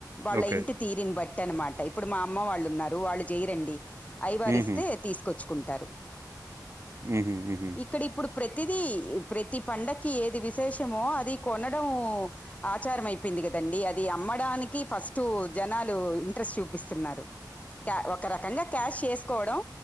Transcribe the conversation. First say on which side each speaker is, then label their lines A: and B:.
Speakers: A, on the left (about 20°); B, on the right (about 40°).
A: వాళ్ళ
B: ఓకే.
A: ఇంటి తీరిని బట్టి అన్నమాట ఇప్పుడు మా అమ్మ వాళ్ళున్నారు వాళ్ళు చేయరండి అయ్యవారు
B: హుహు.
A: ఇస్తే తీసుకొచ్చుకుంటారు
B: హుహు. హుహు.
A: ఇక్కడ ఇప్పుడు ప్రతిదీ ప్రతి పండక్కి ఏది విశేషమో అది కొనడం ఆచారం అయిపోయింది కదండి అది అమ్మడానికి ఫస్ట్ జనాలు ఇంట్రెస్ట్ చూపిస్తున్నారు క్యా ఒక రకంగా క్యాష్ చేసుకోవడం